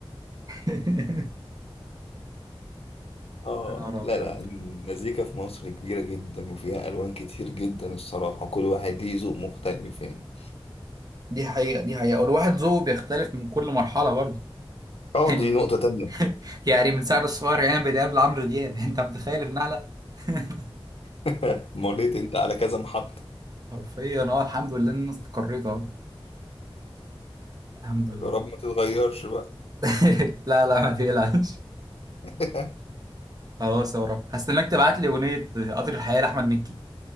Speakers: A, on the right; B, on the left.
A: <laughs>
B: اه
A: يا نهار
B: لا
A: ابيض
B: لا المزيكا في مصر كبيرة جدا وفيها الوان كتير جدا الصراحة كل واحد ليه ذوق مختلف يعني
A: دي حقيقه دي حقيقه والواحد ذوقه بيختلف من كل مرحله برضه
B: اه
A: يعني
B: دي نقطة تانية
A: <laughs> يعني من سعر الصغير عنب العنب لعمرو دياب <laughs> انت متخيل النقله <laughs>
B: <laughs> مريت انت على كذا محطة
A: حرفيا اه الحمد لله ان انا استقريت اهو الحمد لله
B: يا رب ما تتغيرش بقى
A: <laughs> لا لا ما تقلقش
B: <laughs>
A: خلاص يا ورا هستناك تبعت لي اغنيه قطر الحياه لاحمد مكي